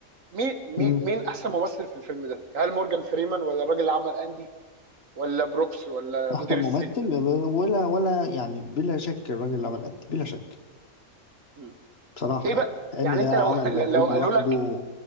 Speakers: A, on the right (about 85°); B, on the left (about 50°).
A: مين مين
B: امم
A: مين احسن ممثل في الفيلم ده هل مورجان فريمان ولا الراجل اللي عمل اندي ولا بروكس ولا مدير
B: أحسن
A: السجن
B: ممثل
A: ولا
B: ولا ولا يعني بلا شك الراجل اللي عمل أنت بلا شك
A: مم.
B: بصراحة
A: ايه بقى
B: يعني لأن
A: يعني
B: ده
A: انت
B: عمل
A: لو <laughs>
B: مجهود
A: لو قالوا
B: لوحده
A: لك